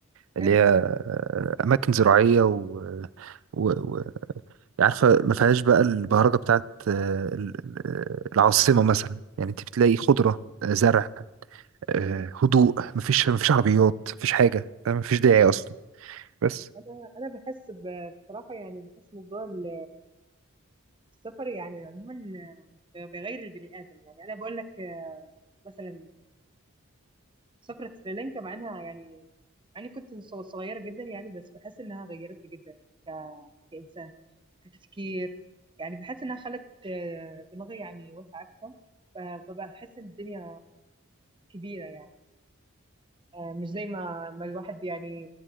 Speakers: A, on the right; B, on the right.
A: اللي
B: حلو
A: هي آه، أماكن زراعية و, و... و... يعني عارفة ما فيهاش بقى البهرجة بتاعت آه، ال- ال- العاصمة مثلا يعني انت بتلاقي خضرة آه، زرع آه، هدوء ما فيش ما فيش عربيات ما فيش حاجة ما فيش داعي أصلا بس
B: انا انا بحس ب- بصراحه يعني بحس موضوع ال- السفر يعني عموما بغير البني ادم يعني انا بقول لك آه، مثلا سفرة سريلانكا مع انها يعني يعني كنت ص- صغيره جدا يعني بس بحس انها غيرتني جدا ك... كانسان كتفكير يعني بحس انها خلت آه، دماغي يعني واسعه اكثر فببقى بحس ان الدنيا كبيره يعني آه، مش زي ما ما الواحد يعني